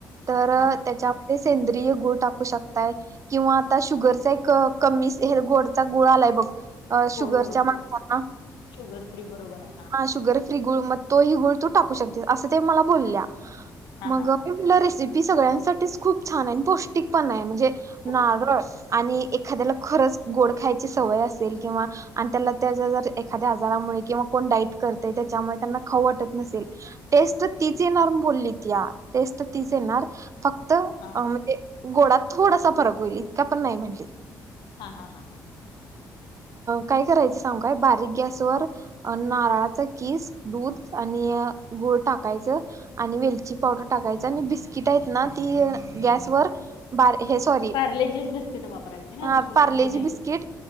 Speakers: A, on the right; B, on the left.
A: तर
B: हा
A: त्याच्या सेंद्रिय गुळ टाकू शकताय किंवा आता शुगरचा एक कमी गोड गुला शुर
B: होय होय
A: माण
B: होय शुगर फ्री बरोबर आहे हा
A: शुर फ्री गुळ तोहि गोळ तू टाकू शकतेस असं ते मला बोलल्या
B: हा
A: मग
B: हा हा
A: त रेसिपी सगळ्यां मुळा साठी खूप छान आहे आणि पौष्टिक पण आहे म्हणजे
B: होय
A: नारळ
B: अगं
A: आणि एक एखाद्याला खरंच गोड खायची सवय असते तेल किंवा आणि त्याला एखा्या आारामुळे कंण डाईट कर त्याच्यामुळे त्यांना खाऊ वाट नसेल नसलं टेस्ट ति येणार बोलली त या टेस्ट ति येणार फक्त
B: हा
A: म्हणजे गोडात थोडासा फरक होईल इतका पण नाही म्हटले
B: हा हा हा हा
A: काय करायच सांगय बारीक गॅस व नारळाच कीस दूध आणि अ गुळ टाक्याचा आणि वालची पावडर टाक्याचा आणि बिस्कीट आहे ना ती गॅस वर वर <inaudible> बार हे सॉरी
B: पार्ले जीच बिस्किट वापरायची
A: हा
B: ना दुसरी
A: पार्लेजी
B: कोणती नाही
A: बिस्किट